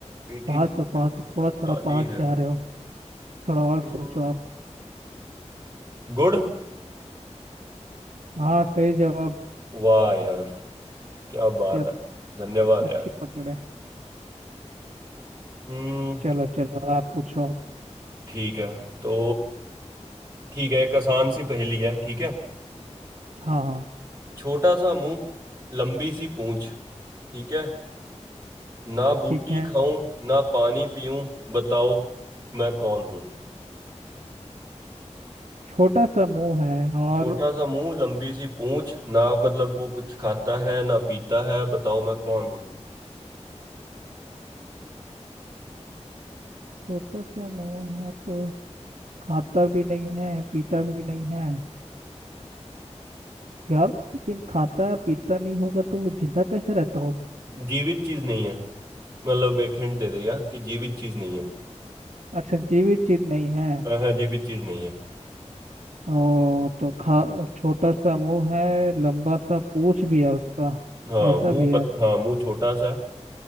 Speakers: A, on the right; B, on the right.
A: मीठी
B: पास
A: चीज
B: हो पास
A: जो
B: ही, थोड़ा थोड़ा
A: काली
B: पास
A: है
B: जा रहे हो थोड़ा और सोचो
A: हम्म,
B: आप
A: गुड़
B: हाँ सही जवाब
A: वाह यार क्या बात
B: क्या
A: है धन्यवाद
B: अच्छी
A: यार
B: पकड़ है
A: हम्म
B: चलो चलो आप पूछो अब।
A: ठीक है तो ठीक है एक आसान सी पहेली है ठीक है
B: हाँ हाँ
A: छोटा सा मुंह लंबी सी पूंछ ठीक है ना बूटी
B: ठीक है
A: खाऊं ना पानी पीऊं बताओ मैं कौन हूं
B: छोटा सा मुंह है और
A: छोटा सा मुंह लंबी सी पूंछ ना मतलब वो कुछ खाता है ना पीता है बताओ मैं कौन हूं
B: छोटा सा मुंह है तो खाता भी नहीं है पीता भी नहीं है यार लेकिन खाता पीता नहीं होगा तो वो जिंदा कैसे रहता होगा
A: जीवित चीज नहीं है मतलब एक हिंट दे दिया कि जीवित चीज नहीं है
B: अच्छा जीवित चीज नहीं है
A: हाँ हाँ, जीवित चीज नहीं है
B: ओ तो खा छोटा सा वो है लंबा सा पूंछ भी है उसका
A: हाँ
B: ऐसा
A: मुंह
B: भी है
A: पत हाँ मुंह छोटा सा है